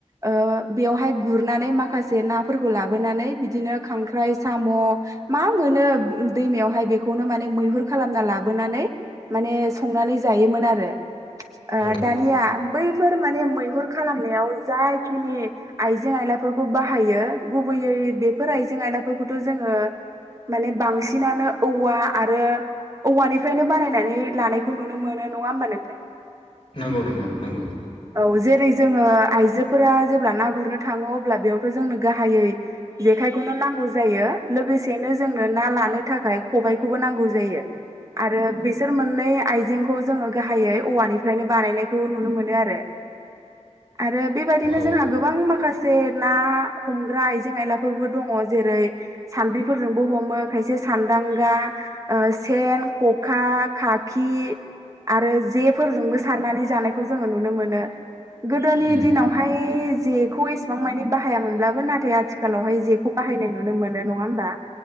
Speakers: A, on the right; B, on the left.
A: ओ बेयावहाय गुरनानै माखासे ना फोरखौ लाबोनानै बिदिनो खांख्राय साम' मा मोनो दैमायावहाय बेखौनो माने मैहुर खालामना लाबोनानै माने संनानै जायो। मोन आरो ओ
B: औ
A: दानिया बैफोर माने मैहुर खालामनायाव जाखिनि आइजें आइलाफोरखौ बाहायो गुबै यै बेफोर आइजें आयलाफोरखौथ' जोङो माने बांसिनानो औवा आरो औवानिफ्रायनो बानायनानै लानायखौ नुनो मोनो नङा। होम्बा नोंथां
B: नंगौ नोंथां नंगौ
A: औ जेरै जोङो आइजो फोरा जेब्ला ना गुरनो थाङो अब्ला बेयावथ' जोंनो गाहायै जेखायखोनो नांगौ जायो लोगोसेनो। जोंनो ना लानो थाखाय खखौबो नांगौ जायो आरो बिसोर मोननै आइजें खौ जोङो गाहायै औवानिफ्रायनो बानायनायखौ नुनो मोनो आरो। आरो बेबायदिनो
B: औ
A: जोंहा गोबां माखासे। ना हमग्रा आइजें आइलाफोरबो दङ जेरै सान्द्रिफोरजोंबो। हमो खायसे सानदांगा ओ सेन खखा खाखि। आरो जे फोरजोंबो सारनानै जानायखौ जोङो नुनो मोनो गोदोनि
B: उम
A: दिनावहाय जेखौ एसेबां माने बाहायामोनब्लाबो नाथाय आथिखालावहाय जेखौ बाहायनाय नुनो मोनो नङा होमबा